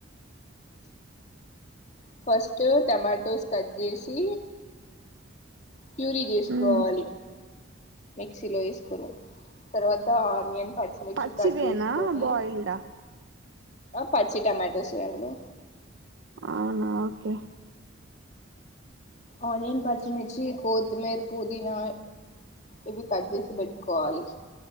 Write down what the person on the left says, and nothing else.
ఫస్ట్ టమాటోస్ కట్ చేసి ప్యూరీ చేసుకోవాలి
మిక్సీలో వేసుకొని తర్వాత ఆనియన్ పచ్చిమిర్చి
కట్
చేసుకొని
ఆ పచ్చి టమాటోస్ అండి
ఆనియన్ పచ్చిమిర్చి కొత్మీర్ పుదీనా ఇవి కట్ చేసి పెట్టుకోవాలి